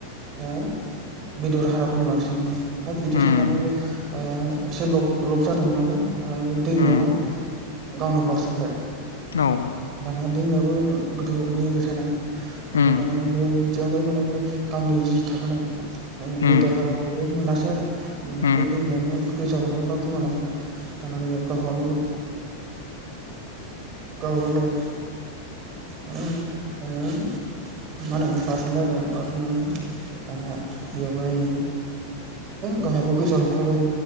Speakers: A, on the right (about 35°); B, on the left (about 70°).
A: ओ बेदर हाराखौ नुवासै माने। हाब बिदि
B: उम
A: साननानै आ बे एसे लब लब जादोंमोन नालाय दाना बे दैमायावहाय
B: उम
A: गावनो बारसोमबाय।
B: औ
A: दाना दैमाबो गोथौ बोहैबाय थानाय ओमफ्राय
B: उम
A: दाना बे बेयावनो माने बे गावनि जि थाखानाय
B: उम
A: बेदर हाराखौबो मोनासै आरो। माने
B: उम
A: बे दैमायावनो गोजालांबाय बा गोमालांबाय दाना बे गावहाबो गावबा गाव माने मा होनो बाज्रुमबाय आरो बाज्रुमनायावनो दाना बेवहाय गावहाबो गोजावलांफाबाय